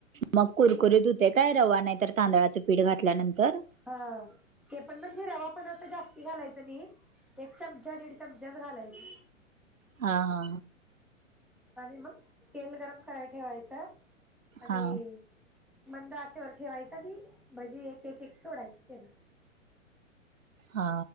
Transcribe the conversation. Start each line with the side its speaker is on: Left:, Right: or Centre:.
Right: मग कुरकुरीत होते काय रवा नाही तर तांदळाचं पीठ घातल्यानंतर
Centre: ह ते पण म्हणजे रवा पण असं जास्ती घालायचं नाही एक चमचा दीड चमचाच घालायच
Right: हा हा
Centre: आणि मग तेल गरम कराय ठेवायचं आणि
Right: हा
Centre: मंद आच्यावर ठेवायच आणि भजी एक एक एक सोडायची त्याला
Right: हा